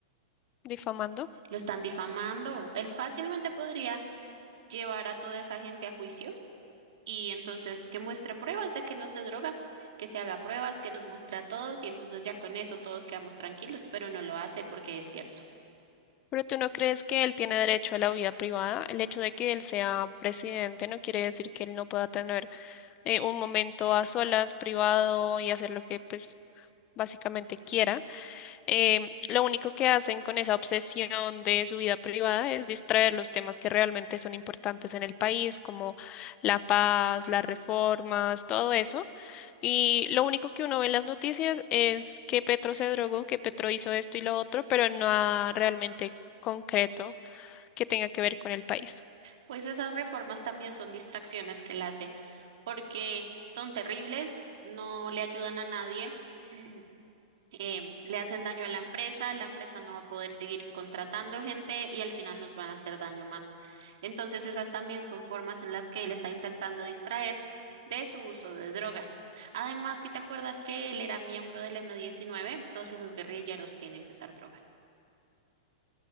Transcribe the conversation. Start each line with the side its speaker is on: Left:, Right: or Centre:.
Left: difamando.
Right: Lo están difamando. Él fácilmente podría llevar a toda esa gente a juicio y entonces que muestre pruebas de que no se droga, que se haga pruebas, que nos muestre a todos y entonces ya con eso todos quedamos tranquilos, pero no lo hace porque es cierto.
Left: Pero tú no crees que él tiene derecho a la vida privada? El hecho de que él sea presidente no quiere decir que él no pueda tener eh, un momento a solas, privado y hacer lo que pues básicamente quiera eh, lo único que hacen con esa obsesión de su vida privada es distraer los temas que realmente son importantes en el país, como la paz, las reformas, todo eso. Y lo único que uno ve en las noticias es que Petro se drogó, que Petro hizo esto y lo otro, pero nada realmente concreto que tenga que ver con el país.
Right: Pues esas reformas también son distracciones que él hace porque son terribles, no le ayudan a nadie. <clears throat> eh, le hacen daño a la empresa, la empresa no va a poder seguir contratando gente y al final nos van a hacer daño más. Entonces, esas también son formas en las que él está intentando distraer de su uso de drogas. Además, si te acuerdas que él era miembro del m diecinueve, entonces sus guerrilleros tienen que usar drogas.